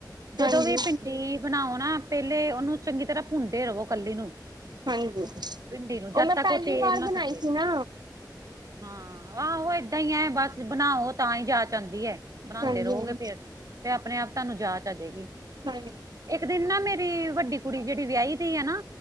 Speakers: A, on the right; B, on the right.
A: ਜਦੋਂ
B: ਹਾਂਜੀ
A: ਵੀ ਪਿੰ। ਡ ਬਣਾਓ ਨਾ ਪਹਿਲੇ ਉਹਨੂੰ ਚੰਗੀ ਤਰ੍ਹਾਂ ਭੁੰਨਦੇ ਰਵੋ ਕੱਲੀ ਨੂੰ।
B: ਹਾਂਜੀ
A: ਭਿੰਡੀ ਨੂੰ ਜਦ
B: ਮੈਂ
A: ਤੱਕ
B: ਪਹਿਲੀ
A: ਉਹ ਤੇਲ
B: ਵਾਰ
A: ਨਾ
B: ਬਣਾਈ
A: ੱਟੇ।
B: ਸੀ ਨਾ
A: ਹਾਂ ਆਹੋ ਏਦਾਂ ਹੀ ਐ ਬਸ ਬਣਾਵੋ ਤਾਂ ਹੀ ਜਾ ਚ ਆਦੀ ਹੈ ਬਣਾਉਦੇ
B: ਹਾਂਜੀ
A: ਰਹੋਗੇ
B: ਹਾਂਜੀ
A: ਫੇਰ। ਤੇ ਆਪਣੇ ਆਪ ਤੁਹਾਨੂੰ ਜਾਚ ਆ ਜਾੇਗੀ।
B: ਹਾਂ।
A: ਇੱਕ ਦਿਨ ਨਾ ਮੇਰੀ ਵੱਡੀ ਕੁੜੀ ਜਿਹੜੀ ਵਿਆਹੀ ਸੀ ਹੈ ਨਾ।